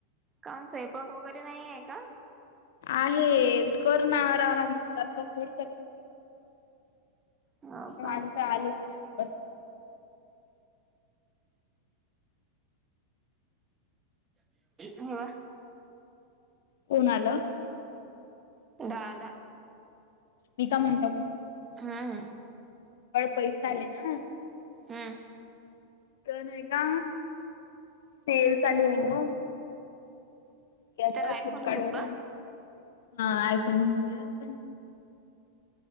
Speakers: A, on the right (about 20°); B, on the left (about 55°).
A: काऊन स्वंयपाक वगैरे नाही आहे का?
B: आहेत करणार आरारामशी आताच थोडी कर
A: हो का
B: माझं तर आलू म्हण बर.
A: हो.
B: कोण आलं?
A: दादा.
B: मी का म्हणता बस
A: हा हा.
B: बड पैसे आले ना.
A: हम्म
B: तर नाय का सेल चालू ये ना. याच्या
A: तर आयफोन
B: फ्लिमकारड
A: घेऊ
B: वर
A: का
B: हा आय फोन घेऊन घेऊया आपण.